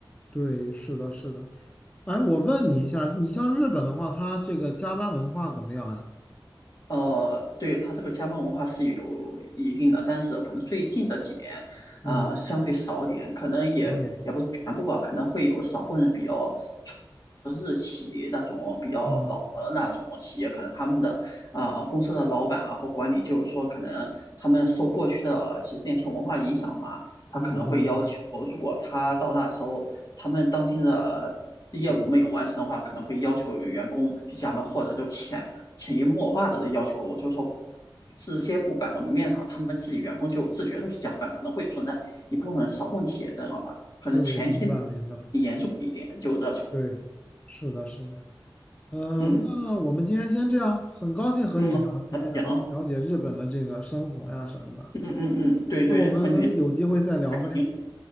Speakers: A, on the left; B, on the left.
A: 对，是的，是的。哎，我问你一下，你像日本的话，它这个加班文化怎么样呀？
B: 呃，对，它这个加班文化是有一定的，但是可能最近这几年，
A: 嗯，
B: 啊、相对少点，可能也也不是全部吧，
A: 好点。
B: 可能会有少部分比较日企那种比较老的那种企业，
A: 嗯
B: 可能他们的啊、呃公司的老板啊或管理，就是说可能他们受过去的几十年前文化影响嘛，他可能会要求，
A: 嗯，
B: 如果他到那时候他们当天的业务没有完成的话，可能会要求员工去加班，或者就遣潜移默化的要求，就是说这些不摆到明面上，他们自己员工就自觉的去加班，可能会存在一部分少部分企业这样吧，可能前些
A: 对，明白明白。
B: 严重一点，就这种，
A: 对，是的，是的。呃，
B: 嗯
A: 那我们今天先这样，很高兴和你聊天呀，
B: 嗯，行，
A: 了解日本的这个生活呀什么的。
B: 嗯嗯嗯，对对，
A: 那我们有机会再聊呗。
B: 和你聊还行，